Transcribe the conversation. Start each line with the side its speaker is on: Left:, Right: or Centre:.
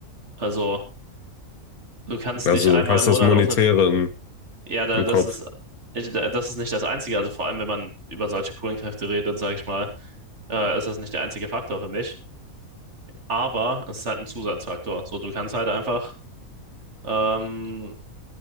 Right: Also du kannst
Left: Also
Right: dich einmal
Left: hast
Right: im Monat
Left: das Monetäre
Right: auf eine,
Left: im,
Right: ja, da-
Left: im
Right: das
Left: Kopf.
Right: ist, ich- da- das ist nicht das Einzige, also vor allem, wenn man über solche Kohlenkräfte redet, sage ich mal, äh, ist das nicht der einzige Faktor für mich, aber es ist halt ein Zusatzfaktor. So, du kannst halt einfach, ähm,